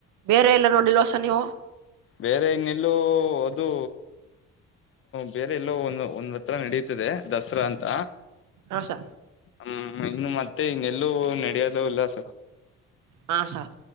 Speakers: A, on the right; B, on the left.
A: ಬೇರೆ ಎಲ್ಲ ನೋಡಿಲ್ವಸರ್ ನೀವು.
B: ಬೇರೆ ಇನ್ನೆಲ್ಲೂ ಅದು ಬೇರೆ ಎಲ್ಲೋ ಒಂದು ಒಂದ ಅತ್ರ ನಡೀತದೆ ದಸರಾ ಅಂತ
A: ಹಾ ಸ
B: ಹ್ಮ್, ಇನ್ನು ಮತ್ತೆ ಹಿಂಗೆಲ್ಲೂ ನಡೆಯಲು ಇಲ್ಲ ಸರ್,
A: ಹಾ, ಸರ್